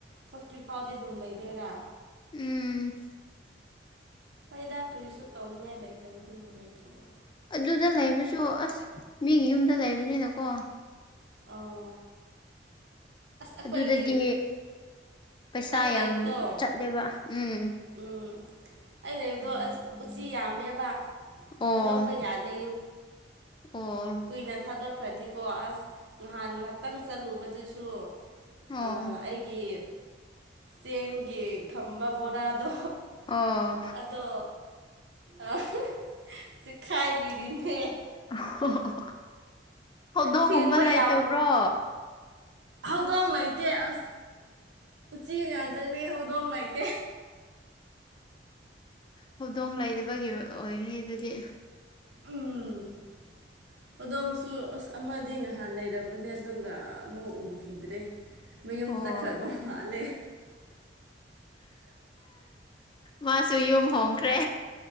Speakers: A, on the right (about 80°); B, on the left (about 25°).
A: ꯊꯣꯛꯇ꯭ꯔꯤ ꯐꯥꯎꯗꯤ ꯑꯗꯨꯝ ꯂꯩꯗꯣꯏꯔꯥ
B: ꯎꯝ
A: ꯍꯣꯏꯗ ꯀꯔꯤꯁꯨ ꯇꯧꯅꯤꯡꯉꯥꯏ ꯂꯩꯇꯕꯗꯨꯕꯨ ꯂꯩꯊꯣꯛꯑꯣ
B: ꯑꯗꯨꯗ ꯂꯩꯕꯁꯨ ꯑꯁ ꯃꯤꯒꯤ ꯌꯨꯝꯗ ꯂꯩꯕꯅꯤꯅꯀꯣ
A: ꯑꯥꯎ ꯑꯩꯈꯣꯏꯒꯤ
B: ꯑꯗꯨꯗꯗꯤ ꯄꯩꯁꯥ
A: ꯑꯩ
B: ꯌꯥꯝ
A: ꯂꯩꯕꯗꯣ
B: ꯆꯠꯂꯦꯕ ꯎꯝ
A: ꯎꯝ ꯑꯩ ꯂꯩꯕꯗꯣ ꯑꯁ ꯎꯆꯤ ꯌꯥꯝꯃꯦꯕ
B: ꯑꯣ
A: ꯊꯥꯗꯣꯛꯄ ꯌꯥꯗꯦ
B: ꯑꯣ
A: ꯀꯨꯢꯅ ꯊꯥꯗꯣꯛꯈ꯭ꯔꯗꯤꯀꯣ ꯑꯁ ꯅꯍꯥꯟ ꯉꯍꯥꯛꯇꯪ ꯆꯠꯂꯨꯕꯗꯨꯁꯨ
B: ꯑꯣ
A: ꯑꯥ ꯑꯩꯒꯤ ꯆꯦꯡꯒꯤ ꯊꯝꯕ ꯕꯣꯔꯥꯗꯣ
B: ꯑꯣ
A: ꯑꯗꯣ ꯑꯥ ꯆꯤꯛ ꯈꯥꯏꯕꯤꯔꯤꯅꯦ
B: ꯑꯣ ꯍꯧꯗꯣꯡꯒꯨꯝꯕ
A: ꯁꯦꯡꯕ
B: ꯂꯩꯇꯕ꯭ꯔꯣ
A: ꯌꯥꯝ ꯍꯧꯗꯣꯡ ꯂꯩꯇꯦ ꯑꯁ ꯎꯆꯤ ꯉꯥꯛꯇꯅꯤ ꯍꯧꯗꯣꯡ ꯂꯩꯇꯦ
B: ꯍꯧꯗꯣꯡ ꯂꯩꯇꯕꯒꯤ ꯑꯣꯏ ꯑꯣꯏꯒꯅꯤ ꯑꯗꯨꯗꯤ
A: ꯎꯝ ꯍꯧꯗꯣꯡꯁꯨ ꯑꯁ ꯑꯃꯗꯤ ꯉꯍꯥꯟ ꯂꯩꯔꯝꯕꯅꯦ ꯑꯗꯨꯒ ꯑꯃꯨꯛ ꯎꯈꯤꯗ꯭ꯔꯦ ꯃꯌꯨꯝ
B: ꯑꯣ
A: ꯆꯠꯈ꯭ꯔꯕ ꯃꯥꯜꯂꯦ
B: ꯃꯥꯁꯨ ꯌꯨꯝ ꯍꯣꯡꯈ꯭ꯔꯦ